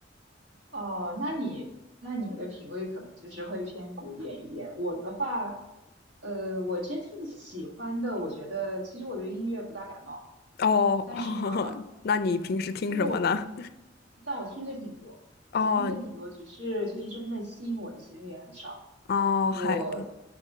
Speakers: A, on the right (about 85°); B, on the left (about 55°).
A: 哦，那你那你的品味可能就是会偏古典一点。我的话，呃，我真正喜欢的，我觉得其实我对音乐不大感冒。
B: 哦，
A: 但是呢，
B: <laughs> 那你平时听什么呢？
A: 但是我，但我听着挺多，
B: <laughs>
A: 我听着挺多，
B: 哦
A: 只是就是真正吸引我的其实也很少。
B: 哦，
A: 我，
B: 还